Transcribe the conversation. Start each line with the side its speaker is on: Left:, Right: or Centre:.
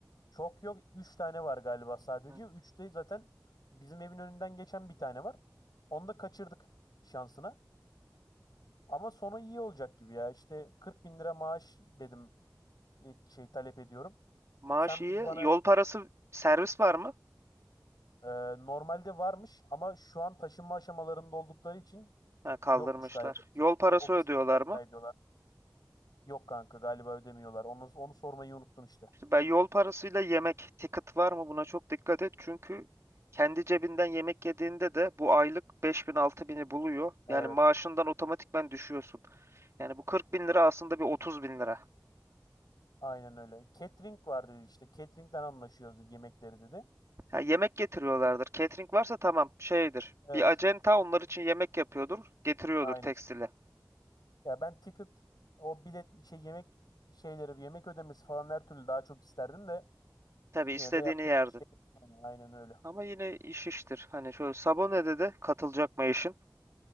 Left: Çok yok. üç tane var galiba sadece.
Right: Ha.
Left: üçte zaten bizim evin önünden geçen bir tane var. Onu da kaçırdık şansına. Ama sonu iyi olacak gibi ya. İşte 40 bin lira maaş dedim e, şey talep ediyorum.
Right: Maaş
Left: Sen
Right: iyi.
Left: bana
Right: Yol parası servis var mı?
Left: e, normalde varmış ama şu an taşınma aşamalarında oldukları için
Right: Ha, kaldırmışlar.
Left: yokmuş galiba. Kendi
Right: Yol parası
Left: ofisleri
Right: ödüyorlar
Left: rica
Right: mı?
Left: ediyorlar. Yok kanka galiba ödemiyorlar. Onu, onu sormayı unuttum işte.
Right: İşte ben yol parasıyla yemek, ticket var mı? Buna çok dikkat et. Çünkü kendi cebinden yemek yediğinde de bu aylık beş bin altı bini buluyor. Yani
Left: Evet.
Right: maaşından otomatikmen düşüyorsun. Yani bu kırk bin lira aslında bir otuz bin lira.
Left: Aynen öyle. Catering var dedi işte. Catering'den anlaşıyoruz dedi, yemekleri dedi.
Right: Ha, yemek getiriyorlardır. Catering varsa tamam şeydir.
Left: Evet.
Right: Bir acenta onlar için yemek yapıyordur. Getiriyordur
Left: Aynen.
Right: tekstili.
Left: Ya ben ticket o bilet şey yemek şeyleri yemek ödemesi falan her türlü daha çok isterdim de
Right: Tabii
Left: yine
Right: istediğini
Left: de yapacak
Right: yerdin.
Left: bir şey yok yani. Aynen öyle.
Right: Ama yine iş iştir. Hani şöyle Sabone'de de katılacak mı eşin?